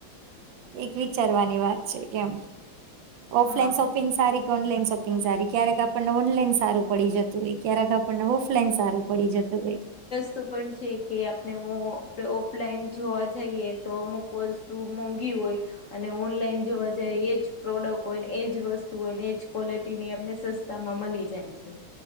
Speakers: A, on the right; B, on the left.
A: એક વિચારવાની વાત છે કેમ ઓફલાઈન
B: હા
A: શોપિંગ સારી ઓનલાઈન શોપિંગ સારી ક્યારેક આપણને ઓનલાઈન સારું પડી જતું હોય ક્યારેક પણ ઓફલાઈન સારું પડી જતું હોય.
B: વ પણ છે કે આપણે આપણે ઓફલાઈન જોવા જઈએ તો અમુક વસ્તુ મોંઘી હોય. અને ઓનલાઈન જોવા જઈ એ જ પ્રોડક્ટ હોય ને એજ વસ્તુ હોય ને એજ ક્વોલિટી ની અમને સસ્તામાં મળી જાય છે.